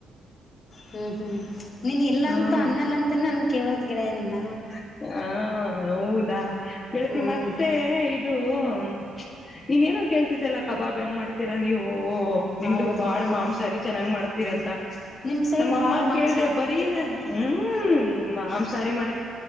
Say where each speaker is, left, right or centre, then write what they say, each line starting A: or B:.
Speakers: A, on the left; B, on the left.
A: ಹ್ಮ್ ಹ್ಮ್ ನೀನ್ ಇಲ್ಲಂತ
B: ಹ್ಮ
A: ಅನ್ನಲ್ಲಂತ ನನ್ ಕೇಳೋದ್ ಗಿಳೆಯ ನಿನ್ನ
B: ಹ ಹ ಹೌದಾ ಹಳತಿ
A: ಹ್ಮ್
B: ಮತ್ತೆ ಇದು ಹ್ಮ ನೀನ್ ಏನೋ ಕೇಳ್ತಿದ್ದಲ್ಲಾ ಕಬಾಬ್ ಹೆಂಗ್ ಮಾಡ್ತೀರಾ ನೀವು ಓಹ ನಿಮ್ದಗ್
A: ಹೌದು
B: ಬಾಳ
A: ಕಣೋ
B: ಮಾಂಸಹಾರಿ ಚೆನ್ನಾಗ್ ಮಾಡ ೀರಂತ
A: ನಿಮ್ ಸೈಡ್
B: ನಮ್ಮಅಮ್ಮ
A: ಬಾಳ ಮಾಂಸಾಹಾರಿ
B: ಕೇಳ್ದ ಬರೀನ್
A: ಮಾಡ್ತಾರ ಕಣೋ
B: ಹ್ಮ್ ಆಮ ಸಾರಿ ಮಾಡ